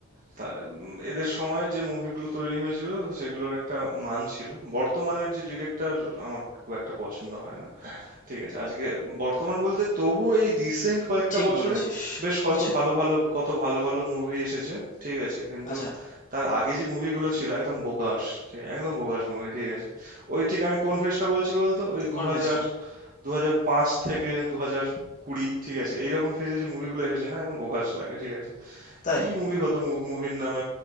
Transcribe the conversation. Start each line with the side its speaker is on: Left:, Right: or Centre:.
Right: তা উম, এদের সময় যে মুভিগুলো তৈরি হয়েছিল সেগুলোর একটা মান ছিল বর্তমানের যে ডিরেক্টর আমার খুব একটা পছন্দ হয় না ঠিক আছে আজকে বর্তমান বলতে তবু এই রিসেন্ট কয়েকটা
Left: ঠিক
Right: বছরে
Left: বলেছিস
Right: বেশ
Left: কিছু
Right: কত ভালো ভালো কত ভালো ভালো মুভি এসেছে ঠিক আছে কিন্তু
Left: আচ্ছা
Right: তার আগে যে মুভিগুলো ছিল একদম বোগাস ঠিক আছে একদম বোগাস মুভি ঠিক আছে ওই ঠিক আমি কোন ফেজটা বলছি বলতো ওই দু
Left: কনফেসটা?
Right: হাজার দু হাজার পাঁচ থেকে দু হাজার কুড়ি ঠিক আছে এইরকম ফেজে যে মুভিগুলো এসেছে না একদম বোগাস লাগে ঠিক আছে
Left: তাই?
Right: কি মুভি হতো মুভির নামে